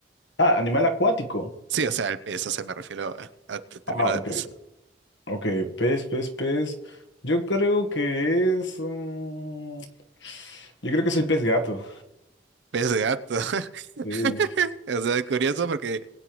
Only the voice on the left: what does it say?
Ah, animal acuático.
Ah, ok.
Ok, pez, pez, pez. Yo creo que es... mm, yo creo que es el pez gato.
Sí.